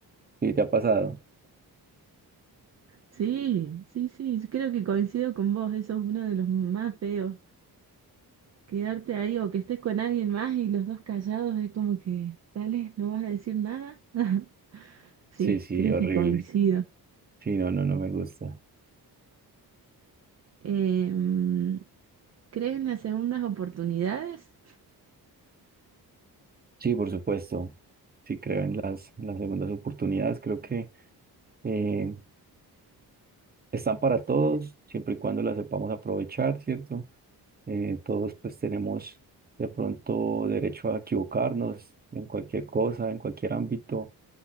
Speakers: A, on the right (about 25°); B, on the right (about 40°).
A: ¿Sí te ha pasado?
B: Sí, sí, sí, yo creo que coincido con vos, eso es uno de los más feos. Quedarte ahí o que estés con alguien más y los dos callados es como que, dale, no vas a decir nada. <laughs> Sí,
A: Sí, sí,
B: creo
A: horrible.
B: que Sí. coincido.
A: Sí, no, no, no me gusta.
B: Em, ¿crees en las segundas oportunidades?
A: Sí, por supuesto. Sí, creo en las, en las segundas oportunidades. Creo que eh, están para todos, siempre y cuando las sepamos aprovechar, ¿cierto? Eh, todos pues tenemos de pronto derecho a equivocarnos en cualquier cosa, en cualquier ámbito.